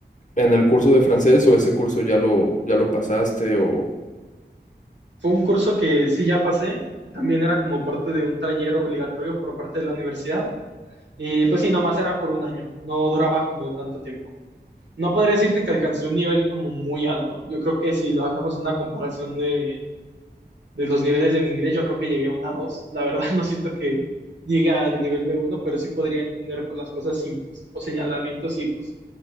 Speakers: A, on the left; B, on the right.
A: en el curso de francés o ese curso ya lo ya lo pasaste o
B: Fue un curso que sí ya pasé. También era como parte de un taller obligatorio por parte de la universidad. Y pues sí, nomás era por un año. No duraba como tanto tiempo. No podría decirte que alcancé un nivel como muy alto. Yo creo que si lo hacemos en una comparación de, de los niveles del inglés, yo creo que llegué a una 2. La verdad, <laughs> no siento que llegue al nivel B1, pero sí podría entender por las cosas simples o señalamientos y pues